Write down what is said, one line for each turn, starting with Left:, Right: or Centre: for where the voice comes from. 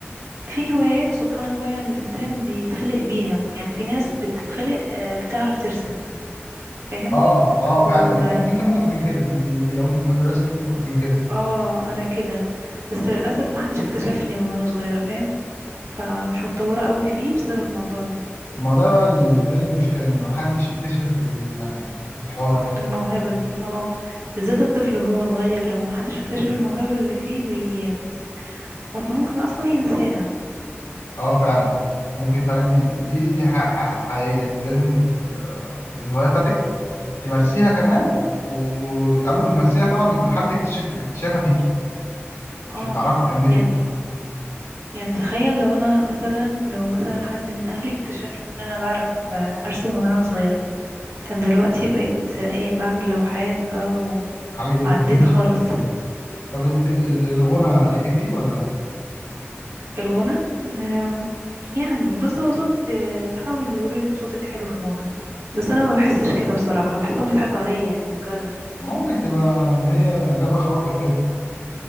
Right: في هوايات سبحان الله يعني الإنسان بيتخلق بيها يعني في ناس بتتخلق آه، بتعرف ترسم فاهم
Left: اه اه
Right: و
Left: فعلا يعني انت ممكن انت ممكن تكوني كده انت انت لو انت بتحب الرسم انت ممكن تكوني كده
Right: اه أنا كده بس للأسف محدش اكتشفني من وأنا صغيرة فاهم فمش متطورة قوي فيه بسبب الموضوع ده
Left: ما ده بقى ال- ده المشكله ان ما حدش يكتشف في ال- في الحوار كده
Right: الموهبة دي اه بالذات الطفل وهو صغير لو محدش اكتشف الموهبة اللي فيه بي... ممكن أصلا ينساها
Left: اه فعلا وممكن فعلا ي- دي دي ح- ح- حقيقيه انت لازم ت- الهوايه بتاعتك ت- تمارسيها كمان وقبل ما تمارسيها طبعا يكون حد اكتشف اكتشافها فيك
Right: اه
Left: عشان تعرفي تكملي
Right: يعني يعني تخيل لو انا مثلا لو مثلا حد من اهلي اكتشف ان انا بعرف آه، ارسم من وانا صغيرة كان دلوقتي بقيت آه، ايه بعمل لوحات بقى و...
Left: عليك بيت
Right: وعديت
Left: دافنشي
Right: خالص
Left: طب الت- ال- الغنى ليكي فيه ولا
Right: الغنى آم، يعني بص هو صوت آه، صحابي بيقولوا لي ان صوتك حلو في الغنى بس انا ما بحسش كده بصراحة بحسهم بيضحكوا عليا يعني بجد
Left: ممكن تبقى اللي هي جبر خواطر كده